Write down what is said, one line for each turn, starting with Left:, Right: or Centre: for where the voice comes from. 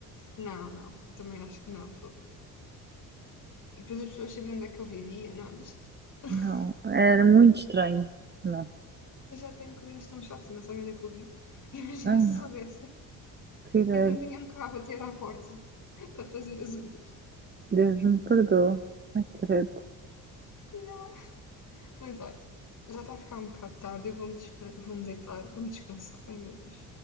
Left: Não, não, eu também acho que não. fogo. E depois as pessoas sabiam onde é que eu vivia. Não, deixa estar. <laughs>
Right: Não, era muito estranho. Não.
Left: Eu já tenho clientes tão chatos e não sabem onde é que eu vivo. <laughs> Imagina
Right: Ai,
Left: se
Right: não.
Left: soubessem,
Right: Credo.
Left: ainda me vinham cá bater à porta <laughs> para fazer as unhas.
Right: Deus me perdoa. Ai, credo.
Left: Yeah. Mas olha, já está a ficar um bocado tarde, eu vou-me desca- vou-me deitar, vou-me descansar. Ai meu Deus,